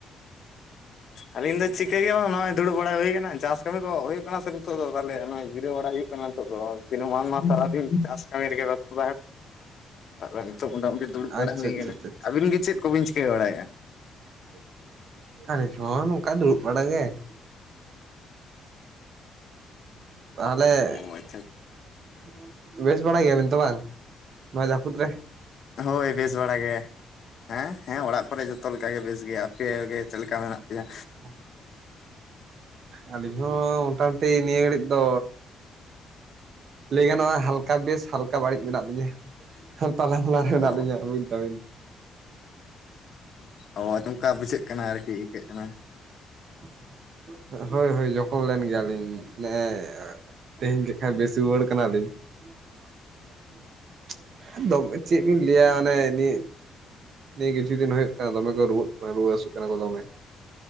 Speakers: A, on the left; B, on the right.
A: ᱟᱹᱞᱤᱧ ᱫᱚ ᱪᱤᱠᱟᱹ ᱜᱮᱭᱟ ᱵᱟᱝ ᱱᱚᱜ-ᱚᱭ ᱫᱩᱲᱩᱵ ᱵᱟᱲᱟ ᱦᱩᱭ ᱟᱠᱟᱱᱟ ᱪᱟᱥ ᱠᱟᱹᱢᱤ ᱠᱚ ᱦᱩᱭᱩᱜ ᱠᱟᱱᱟ ᱥᱮ ᱱᱤᱛᱚᱜ ᱫᱚ ᱛᱟᱦᱮ ᱱᱚᱜᱚᱭ ᱡᱤᱨᱟᱹᱣ ᱵᱟᱲᱟ ᱦᱩᱭᱩᱜ ᱠᱟᱱᱟ ᱱᱤᱛᱚᱜ ᱫᱚ ᱫᱤᱱᱟᱹ ᱢᱟᱱ ᱢᱟ ᱥᱟᱨᱟ ᱫᱤᱱ ᱪᱟᱥ ᱠᱟᱹᱢᱤ ᱨᱮᱜᱮ ᱵᱮᱥᱛᱚ ᱛᱟᱨᱯᱚᱨᱮ ᱱᱤᱛᱚᱜ ᱢᱳᱴᱟᱢᱩᱴᱤ ᱫᱩᱲᱩᱵ
B: ᱟᱪᱪᱷᱟ
A: ᱵᱟᱲᱟ ᱦᱩᱭ
B: ᱟᱪᱪᱷᱟ
A: ᱟᱠᱟᱱᱟ
B: ᱟᱪᱪᱷᱟ
A: ᱾ ᱟᱹᱵᱤᱱ ᱜᱮ ᱪᱮᱫ ᱠᱚᱵᱤᱱ ᱪᱤᱠᱟᱹ ᱵᱟᱲᱟᱭᱮᱫ-ᱟ?
B: <inaudible> ᱟᱞᱤᱧ ᱦᱚᱸ ᱱᱚᱝᱠᱟ ᱫᱩᱲᱩᱵ ᱵᱟᱲᱟ ᱜᱮ ᱾ ᱛᱟᱦᱚᱞᱮ
A: ᱚ ᱟᱪᱪᱷᱟ
B: <inaudible> ᱵᱮᱥ ᱵᱟᱲᱟᱭ ᱜᱮᱭᱟᱵᱤᱱ ᱛᱚ ᱵᱟᱝ ᱱᱚᱭᱟ ᱡᱟᱹᱯᱩᱫ ᱨᱮ?
A: ᱦᱳᱭ ᱵᱮᱥ ᱵᱟᱲ ᱜᱮ ᱾ <inaudible> ᱦᱮᱸ ᱦᱮᱸ ᱚᱲᱟᱜ ᱠᱚᱨᱮ ᱡᱚᱛᱚ ᱞᱮᱠᱟ ᱜᱮ ᱵᱮᱥ ᱜᱮ, ᱟᱯᱮ ᱜᱮ ᱪᱮᱫ ᱞᱮᱠᱟ ᱢᱮᱱᱟᱜ
B: <inaudible>
A: ᱯᱮᱭᱟ
B: ᱟᱹᱞᱤᱧ ᱦᱚᱸ ᱢᱚᱴᱟᱢᱩᱴᱤ ᱱᱤᱭᱟᱹ ᱜᱷᱟᱹᱲᱤᱡ ᱫᱚ ᱞᱟᱹᱭ ᱜᱟᱱᱚᱜ-ᱟ ᱦᱟᱞᱠᱟ ᱵᱮᱥ ᱦᱟᱞᱠᱟ ᱵᱟᱹᱲᱤᱡ ᱢᱮᱱᱟᱜ ᱞᱤᱧᱟ <inaudible> ᱦᱚ ᱛᱟᱞᱟ ᱢᱟᱞᱟ ᱢᱮᱱᱟᱜ
A: ᱚ
B: ᱞᱤᱧᱟ ᱵᱩᱧ ᱮᱫᱟᱵᱮᱱ ᱾
A: ᱚ ᱱᱚᱝᱠᱟ ᱵᱩᱡᱷᱟᱹᱜ ᱠᱟᱱᱟ ᱟᱨᱠᱤ ᱟᱹᱭᱠᱟᱹᱜ ᱠᱟᱱᱟ ᱾
B: <inaudible> ᱦᱳᱭ ᱦᱳᱭ ᱡᱚᱠᱷᱚᱢ ᱞᱮᱱ ᱜᱮᱭᱟᱞᱤᱧ ᱱᱮᱜ-ᱮ ᱛᱮᱦᱮᱧ ᱠᱷᱟᱱ ᱵᱮᱥ ᱨᱩᱣᱟᱹᱲ ᱠᱟᱱᱟᱞᱤᱧ ᱾ <inaudible> ᱫᱚᱢ ᱪᱮᱫ ᱵᱤᱱ ᱞᱟᱹᱭᱟ ᱚᱱᱮ ᱱᱤᱭᱟᱹ <inaudible> ᱱᱤᱭᱟᱹ ᱠᱤᱪᱷᱩ ᱫᱤᱱ ᱦᱩᱭᱩᱜ ᱫᱚᱢᱮ ᱠᱚ ᱨᱩᱣᱟᱹᱜ ᱠᱟᱱᱟ ᱨᱩᱣᱟᱹ ᱦᱟᱥᱩᱜ ᱠᱟᱱᱟ ᱠᱚ ᱫᱚᱢᱮ ᱾